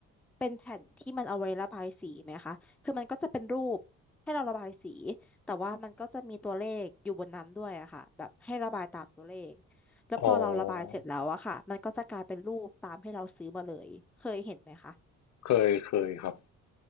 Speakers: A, in the centre; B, on the left.
A: เป็นแผ่นที่มันเอาไว้ระบายสีไหมคะคือมันก็จะเป็นรูปให้เราระบายสีแต่ว่ามันก็จะมีตัวเลขอยู่บนนั้นด้วยอะค่ะแบบให้ระบายตามตัวเลขแล้วพอเราระบายเสร็จแล้วอะค่ะมันก็จะกลายเป็นรูปตามให้เราซื้อมาเลยเคยเห็นไหมคะ
B: อ๋อเคยเคยครับ